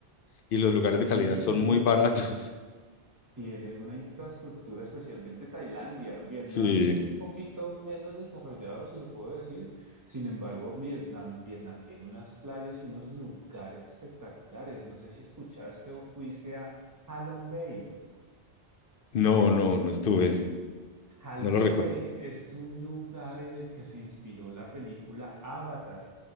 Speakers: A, on the left; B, on the right.
A: Y los lugares
B: sí,
A: de calidad son muy baratos. <laughs>
B: Tienen una infraestructura, especialmente Tailandia. Vietnam
A: Sí,
B: es un poquito menos desarrollado, si lo puedo decir. Sin embargo, Vietnam, Vietnam tiene unas playas y unos lugares espectaculares. No sé si escuchaste o fuiste a Halong Bay.
A: no, no, no estuve.
B: Halong
A: No lo recuerdo.
B: Bay es un lugar en el que se inspiró la película Avatar.